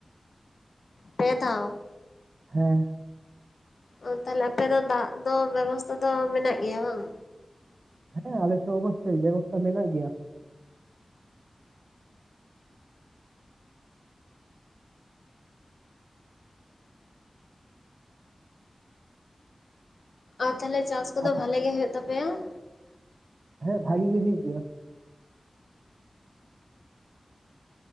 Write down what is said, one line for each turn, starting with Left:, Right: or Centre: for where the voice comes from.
Left: ᱯᱮ ᱫᱷᱟᱣ ᱾
Right: ᱦᱮᱸ
Left: ᱚ ᱛᱟᱦᱚᱞᱮ ᱟᱯᱮ ᱫᱚ ᱫᱟᱜ ᱫᱚ ᱵᱮᱵᱚᱥᱛᱷᱟ ᱫᱚ ᱢᱮᱱᱟᱜ ᱜᱮᱭᱟ ᱵᱟᱝ?
Right: ᱦᱮᱸ ᱟᱞᱮ ᱥᱮᱫ ᱚᱵᱚᱥᱳᱭ ᱵᱮᱵᱚᱥᱛᱷᱟ ᱢᱮᱱᱟᱜ ᱜᱮᱭᱟ ᱾
Left: ᱟᱨ ᱛᱟᱦᱚᱞᱮ ᱪᱟᱥ ᱠᱚᱫᱚ
Right: ᱟᱨ
Left: ᱵᱷᱟᱞᱮ ᱜᱮ ᱦᱳᱭᱳᱜ ᱛᱟᱯᱮᱭᱟ ᱾
Right: ᱦᱮᱸ ᱵᱷᱟᱜᱤ ᱜᱮ ᱦᱩᱭᱩᱜ ᱜᱮᱭᱟ ᱾